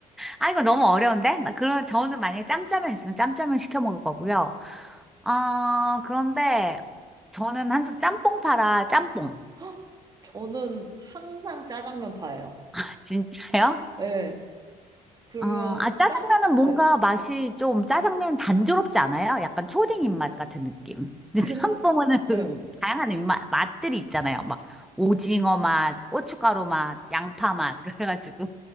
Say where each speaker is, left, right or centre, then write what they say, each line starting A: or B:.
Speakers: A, in the centre; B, on the right.
A: 아, 이거 너무 어려운데? 나 그러면 저는 만약에 짬짜면 있으면 짬짜면 시켜 먹을 거고요. 아, 그런데 저는 항상 짬뽕 팔아, 짬뽕.
B: 헉, 저는 항상 짜장면 파예요.
A: <laughs> 진짜요?
B: 예. 그러면
A: 어, 아, 짜장면은
B: 짬?
A: 뭔가
B: 네.
A: 맛이 좀 짜장면 단조롭지 않아요? 약간 초딩 입맛 같은 느낌. 근데
B: 근,
A: 짬뽕은 <laughs>
B: 예.
A: 다양한 입맛, 맛들이 있잖아요. 막 오징어 맛, 고춧가루 맛, 양파 맛, <laughs> 그래가지고.